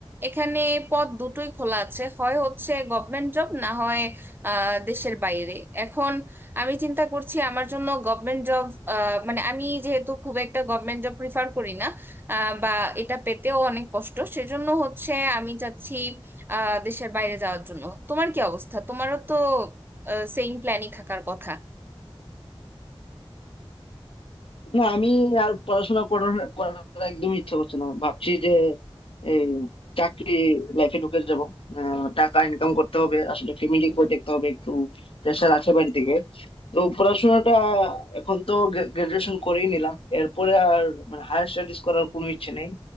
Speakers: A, on the right; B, on the left.
A: এখানে পদ দুটোই খোলা আছে হয় হচ্ছে গভর্নমেন্ট জব না হয় আহ, দেশের বাইরে এখন আমি চিন্তা করছি আমার জন্য গভর্নমেন্ট জব মানে আমি যেহেতু খুব একটা গভর্নমেন্ট জব প্রিফার করি না আহ, বা এটা পেতেও অনেক কষ্ট সেজন্য হচ্ছে আমি চাচ্ছি আহ, দেশের বাইরে যাওয়ার জন্য তোমার কি অবস্থা তোমারও তো সেম প্ল্যানই থাকার কথা
B: না আমি আর পড়াশোনা করার করার একদমই ইচ্ছা করছে না ভাবছি যে এই চাকরি লাইফে ঢুকে যাব টাকা ইনকাম করতে হবে আসলে ফ্যামিলিকেও দেখতে হবে একটু প্রেশার আছে বাড়ি থেকে তো পড়াশোনাটা এখন তো গ্রাজুয়েশন করেই নিলাম এরপরে আর মানে হায়ার স্টাডিজ করার কোনো ইচ্ছে নেই